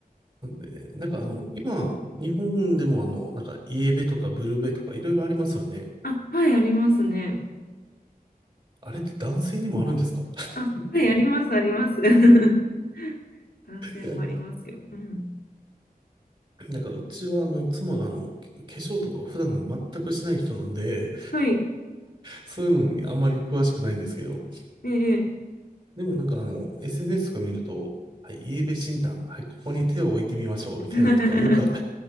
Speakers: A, on the right (about 35°); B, on the left (about 80°).
A: でなんかあの、今、日本でもあの、なんかイエベとかブルベとかいろいろありますよね。
B: あ、はい、ありますね。
A: あれって男性にもあるんですか <laughs>
B: あ、はい、あります、あります。<laughs> 男性もありますよ。
A: いや、
B: うん。
A: なんかうちはあの、妻があの、化粧とかを普段全くしない人なんで、
B: はい。
A: そういうのにあまり詳しくないんですけど、
B: ええ。
A: でもなんかあの、SNS とか見ると、はい、イーベ診断、はい、ここに手を置いてみましょう、みたいなのとかよく
B: <laughs>